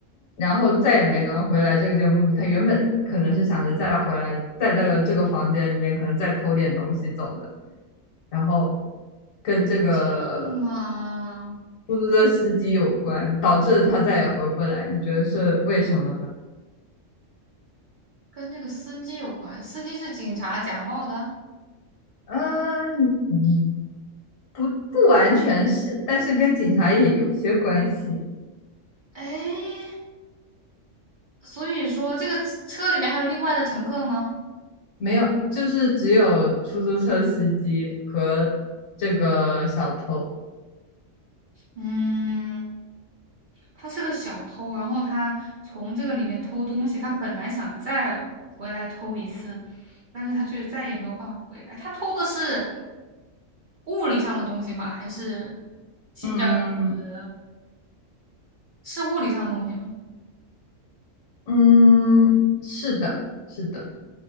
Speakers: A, on the left; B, on the right.
A: 然后再也没能回来这间屋子。他原本可能是想着再回来，再在这个这个房间里面可能再偷点东西走的，然后跟这个
B: 这样嘛，
A: 出租车司机有关，导致他再也回不来。你觉得是为什么呢？
B: 跟这个司机有关，司机是警察假冒的，
A: 嗯，你不不完全是，但是跟警察也有些关系。
B: 哎，所以说这个车里面还有另外的乘客吗？
A: 没有，就是只有出租车司机和这个小偷。
B: 嗯，他是个小偷，然后他从这个里面偷东西，他本来想再回来偷一次，但是他却再也没有办法回来。他偷的是物理上的东西吗？还是，技呃，
A: 嗯，
B: 是物理上的东西吗？
A: 嗯，是的，是的，